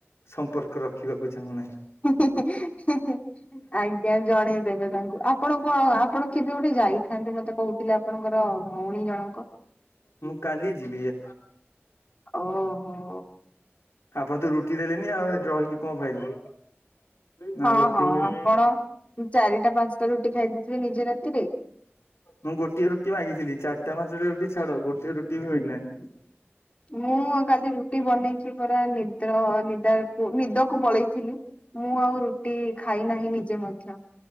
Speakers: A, on the left; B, on the left.
A: ସମ୍ପର୍କ ରଖିବାକୁ ଚାହୁଁ ନାହିଁ।
B: ହେଁ ହେଁ ଆଜ୍ଞା ଜଣେଇଦେବେ ତାଙ୍କୁ। ଆପଣଙ୍କ ଆପଣ କେବେ ଗୋଟେ ଯାଇଥାନ୍ତେ ମତେ କହୁଥିଲେ ଆପଣଙ୍କର ଭଉଣୀ ଜଣଙ୍କ।
A: ମୁଁ କାଲି ଯିବିଏ
B: ଓହୋ।
A: ଆପଣ ତ ରୁଟି ଦେଲେନି ଆଉ ରହିକି କଣ ଫାଇଦା? ନା
B: ହଁ
A: ରୁଟି
B: ହଁ
A: ମିଳି
B: ଆପଣ ଚାରିଟା ପାଞ୍ଚଟା ରୁଟି ଖାଇଦେଇଥିବେ ନିଜ ରାତିରେ।
A: ମୁଁ ଗୋଟିଏ ରୁଟି ମାଗିଥିଲି ଚାରିଟା ପାଞ୍ଚାଟା ରୁଟି ଛାଡ ଗୋଟେ ରୁଟି ବି ମିିଲିଲାଣି।
B: ମୁଁ କାଲି ରୁଟି ବନେଇକି ପରା ନିଦ୍ର ନିଦ ନିଦ କୁ ପଳେଇଥିଲି ମୁଁ ଆଉ ରୁଟି ଖାଇ ନାହିଁ ନିଜେ ମଧ୍ୟ।